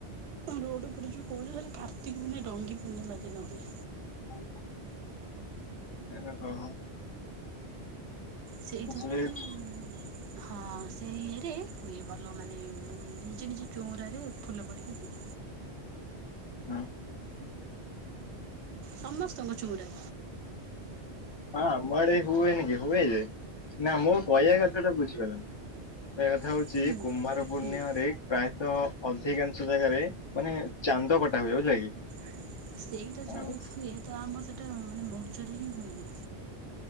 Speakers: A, on the right (about 75°); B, on the left (about 40°).
A: ରୋଡ ଉପରେ ଯୋଉ କହୁଛ ସେଟା କାର୍ତ୍ତିକ ପୂର୍ନେଇ ଡଙ୍ଗୀ ପୂର୍ଣ୍ଣିମା ଦିନ ହୁଏ।
B: <inaudible> ଏକା କହ
A: ସେଇଥର
B: ଆକ୍ଚୁଆଲି
A: ମାନେ
B: ହଁ
A: ଉଁ ହଁ ସେ ଇଏରେ ହୁଏ ଭଲ ମାନେ ନିଜ ନିଜ ଚଉରାରେ ଫୁଲ ପଡିକି ହୁଏ।
B: ହଁ।
A: ସମସ୍ତଙ୍କ ଚୋଉଁରା।
B: ହଁ ଆମ ଆଡ଼େ ହୁଏନି କି ହୁଏ ଯେ ନା ମୋ କହିବା କଥା ଟା ବୁଝିପାରିଲନି। କହିବା କଥା ହଉଛି
A: ହୁଁ
B: କୁମାର ପୂର୍ଣ୍ଣିମାରେ
A: ହୁଁ।
B: ପ୍ରାୟତଃ ଅଧିକାଂଶ ଜାଗାରେ ମାନେ ଚାନ୍ଦ କଟା ହୁଏ ବୁଝିଲ କି
A: କି? ସେଇଟା ଯୋଉ
B: ଆଉ
A: ହୁଏ ତ ଆମର ସେଇଟା ମାନେ ମୌର୍ଯ୍ୟରେ ହିଁ ହୁଏନି।